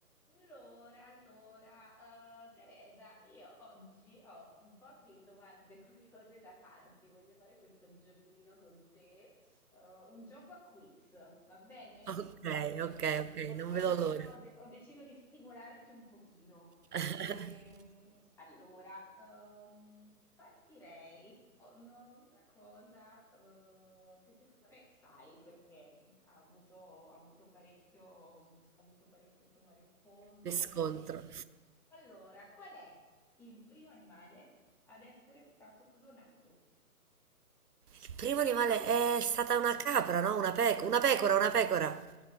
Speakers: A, in the centre; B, on the right (about 80°).
A: Allora, allora, eh, Teresa, io oggi ho un po' di domande <laughs> curiose da farti. Voglio fare questo giochino con te, eh, un gioco a quiz, va bene?
B: Ok,
A: Ehm,
B: ok, ok,
A: ho,
B: non
A: ho
B: vedo
A: deciso,
B: l'ora.
A: ho de- ho deciso di stimolarti un pochino.
B: <laughs>
A: Ehm, allora, ehm, partirei con una cosa, eh, che secondo me sai perché mm, ha avuto, ha avuto parecchio, mm, ha avuto parecchio, insomma, riscontro.
B: Mi scontro.
A: Allora, qual è il primo animale ad essere stato clonato?
B: Il primo animale è stata una capra, no? Una pecora, una pecora, una pecora.